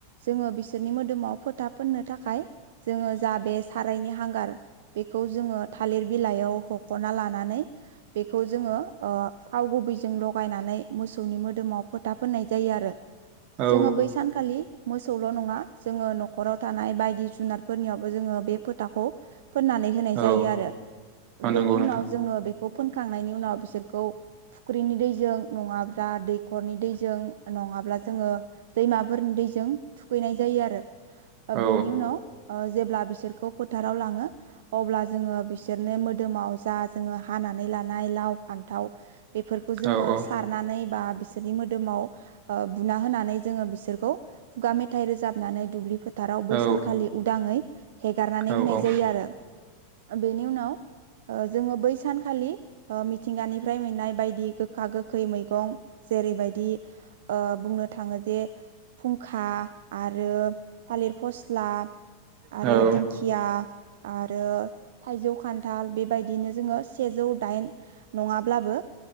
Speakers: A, on the right; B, on the right.
A: जोङो बिसोरनि मोदोमाव फो था फोननो थाखाय जोङो जा बे सारायनि हांगार बेखौ जोङो। थालिर बिलाइयाव हख'ना लानानै बेखौ जोङो ओ। थाव गुबैजों लगायनानै मोसौनि मोदोमाव फोथा फोननाय जायो आरो।
B: औ
A: जोङो
B: औ
A: बै सानखालि। मोसौल' नङा जोङो न'खराव थानाय बायदि जुनारफोरनियावबो जोङो बे फोथाखौ। फोननानै होनाय
B: औ
A: जायो आरो
B: औ
A: बेनि
B: नंगौ नोंथां
A: उनाव जोङो बेखौ फोनखांनायनि उनाव बिसोरखौ। फुख्रिनि दैजों नङाब्ला दैखरनि दैजों नङाब्ला जोङो दैमाफोरनि दैजों। थुखैनाय जायो आरो
B: औ
A: बेनि उनाव। ओ जेब्ला बिसोरखौ फोथाराव लाङो अब्ला जोङो बिसोरनो मोदोमाव जा जोङो हा नानै लानाय लाव फान्थाव बिफोरखौ जोङो
B: औ औ
A: सारनानै बा। बिसोरनि मोदोमाव बुना होनानै जोङो बिसोरखौ खुगा मेथाइ रोजाबनानै दुब्लि। फोथाराव बैसानखालि
B: औ
A: उदाङै हेगारनानै
B: औ
A: होनाय जायो आरो बेनि उनाव जोङो बै सानखालि मिथिंगानिफ्राय मोननाय बायदि गोखा गोखा गोखै मैगं जेरैबायदि बुंनो थाङो जे खा आरो थालिर फस्ला आरो
B: औ औ
A: दिंखिया। आरो थाइजौ खान्थाल बेबायदिनो जोङो सेजौ दाइन नङाब्लाबो